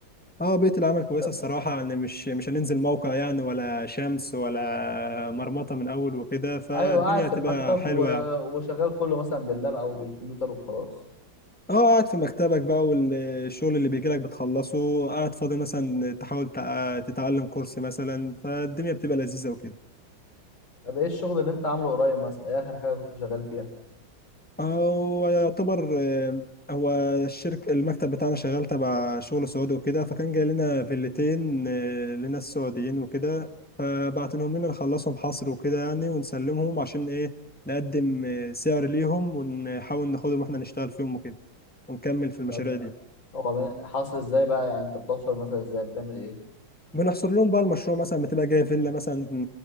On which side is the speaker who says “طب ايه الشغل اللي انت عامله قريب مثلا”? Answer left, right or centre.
Left